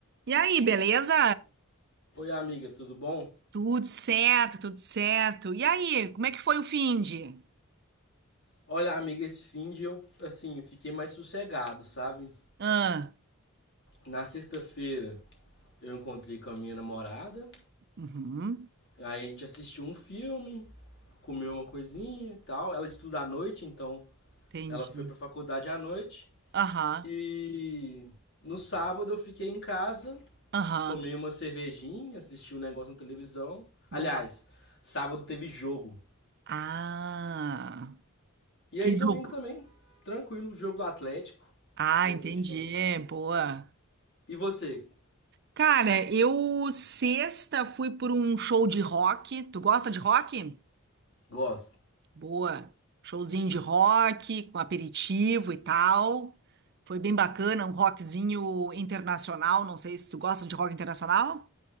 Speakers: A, on the right (about 50°); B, on the left (about 60°).
A: E aí, beleza?
B: Oi, amiga, tudo bom?
A: Tudo certo, tudo certo. E aí, como é que foi o finde?
B: Olha, amiga, esse fim de eu, assim, fiquei mais sossegado, sabe?
A: Ah,
B: Na sexta-feira eu encontrei com a minha namorada,
A: uhum,
B: aí a gente assistiu um filme, comeu uma coisinha e tal. Ela estuda à noite, então
A: entendi.
B: ela foi pra faculdade à noite.
A: Aham,
B: E no sábado eu fiquei em casa,
A: aham,
B: tomei uma cervejinha, assisti um negócio na televisão.
A: boa.
B: Aliás, sábado teve jogo.
A: Ah,
B: E
A: que
B: aí domingo
A: jogo.
B: também, tranquilo, jogo do Atlético.
A: Ah,
B: Sou
A: entendi,
B: atleticano.
A: boa.
B: E você?
A: Cara, eu sexta fui por um show de rock. Tu gosta de rock?
B: Gosto.
A: Boa. Showzinho de rock, com aperitivo e tal. Foi bem bacana, um rockzinho internacional. Não sei se tu gosta de rock internacional.